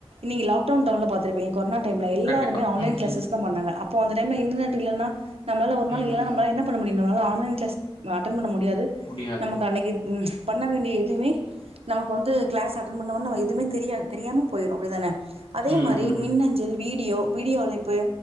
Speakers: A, on the right; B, on the left.
A: நீங்க லாக்டவுன் டைம்ல பாத்ருப்பீங்க கொரோா டைம் எல்லாருமே
B: கண்டிப்பா
A: ஆன்லைன்
B: ம்
A: கிளாஸஸ்
B: ம்
A: தான் பண்ணாங்க அப் அப்போ அந்த டைம் இன்டர்நெட் இல்லன்னா நம்ளால ஒரு
B: ம்
A: நாள் இல்லான்ன
B: ம்.
A: பண்ண முடியும்னால ஆன்லைன் கிளஸ் அட்டன் பண்ண முடியாது
B: முடியாது
A: து நமக்கு அன்னைக்கு ஹும் வேண்டிய எதுமே நமக்கு வந்து கிளஸ் அட்டன் பண்ணான்னு நம்ம எதுவும தெரியாது தெரியாம போயிடும் அப்படி தானே அதே
B: ம்
A: மாரி
B: ம் ம்
A: மின்னஞ்சல் வீடியோ வீடியோ அழைப்பு